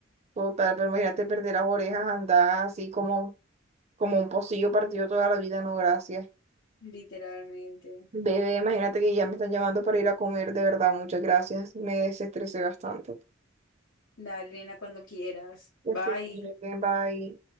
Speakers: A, on the right; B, on the left.
A: total, pero imagínate perder las orejas, andar así como, como un pocillo partido toda la vida, no, gracias.
B: literalmente.
A: Bebé, imagínate que ya me están llamando para ir a comer, de verdad, muchas gracias. Me desestresé bastante.
B: Dale, nena, cuando quieras.
A: Ya
B: Bye.
A: estoy bien, bye.